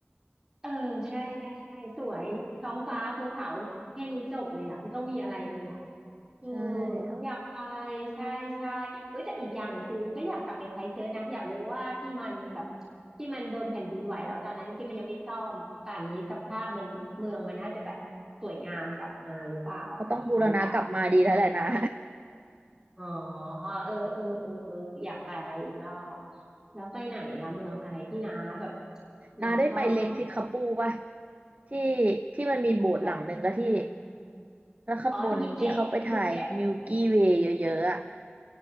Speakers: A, on the right; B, on the right.
A: เออใช่ใช่ใช่สวยท้องฟ้าภูเขาแค่นี้จบเลยอ่ะไม่ต้องมีอะไรเลยอ่ะเออ
B: ใช่เอ้า
A: อยากไปใช่ใช่เอ้ยแต่อีกอย่างหนึ่งคือก็อยากกลับไปไครสต์เชิร์ชนะอยากรู้ว่าที่มันแบบที่มันโดนแผ่นดินไหวแล้วตอนนั้นที่มันยังไม่ซ่อมอะป่านนี้สภาพมันเมืองมันน่าจะแบบสวยงามกลับมาหรือเปล่าอย่างนี้หรือเปล่า
B: เขาต้องบูรณะกลับมาดีแล้วแหละนะ
A: อ๋อเออเออเออเอออยากไปอีกรอบแล้วไปไหนอะเมืองอะไรที่น้าแบบน้าชอบอีกไหม
B: นาได้ไปเล็กที่คาปูป่ะที่ที่มันมีโบสถ์หลังหนึ่งแล้วที่
A: ที่ที่กับอืม
B: แล้วข้างบนที่เขาไปถ่ายมิลกี้เวย์เยอะๆอะ
A: อ๋อที่มีแกะรูปแกะ